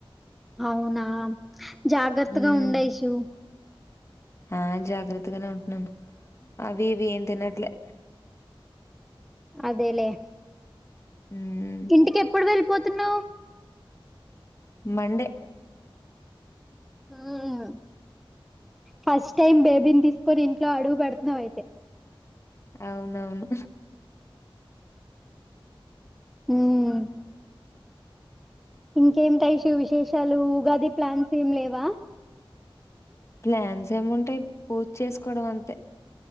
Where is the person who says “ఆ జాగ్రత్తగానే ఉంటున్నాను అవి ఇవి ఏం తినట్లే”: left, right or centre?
Left